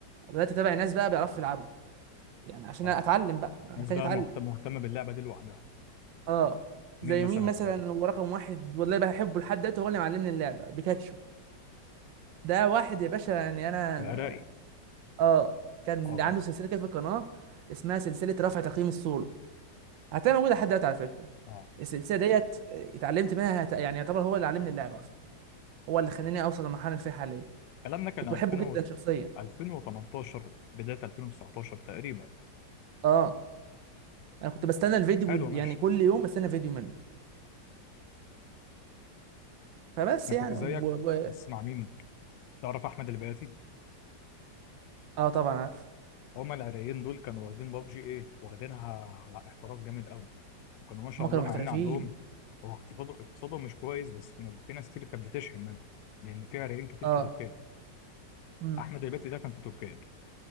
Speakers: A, on the right; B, on the left.
A: بدات اتابع ناس بقى بيعرفوا يلعبوا يعني عشان
B: اه
A: اتعلم بقى أنا
B: ناس
A: محتاج
B: بقى
A: اتعلم
B: مهت- مهتمه باللعبه دي لوحدها
A: اه
B: مين
A: زي
B: مثلا
A: مين مثلا
B: تابعته
A: هو رقم واحد والله بحبه لحد دلوقتي هو اللي معلمني اللعبه بيكاتشو ده واحد يا باشا يعني انا
B: العراقي
A: اه كان
B: اه
A: عنده
B: عارف.
A: سلسله كده في القناه اسمها سلسله رفع تقييم السولو هتلاقيها موجوده لحد دلوقتي على فكره
B: اه
A: السلسله ديت اتعلمت منها هت- يعني يعتبر هو اللي علمني اللعبه اصلا هو اللي خلاني اوصل للمرحله اللي فيها حاليا
B: الكلام ده كان
A: كنت
B: 2000
A: بحبه جدا
B: و-
A: شخصيا
B: 2018 بدايه 2019 تقريبا
A: اه انا كنت بستنى الفيديو
B: حلو
A: بال-
B: ماشي
A: يعني كل يوم بستنى فيديو منه فبس
B: انا
A: يعني
B: كنت زيك
A: و... و...
B: بس مع مين تعرف احمد البياتي
A: اه طبعا عارف
B: هما العراقيين دول كانوا واخدين بابجي ايه واخدينها على احتراف جامد قوي كانوا ما شاء
A: هم كانوا
B: الله مع
A: محترفين
B: ان عندهم هو اقتصاده اقتصاده مش كويس بس كانوا في ناس كتير كانت بتشحن منها لان في عراقيين كتير
A: اه
B: في تركيا
A: امم
B: احمد الباتي ده كان في تركيا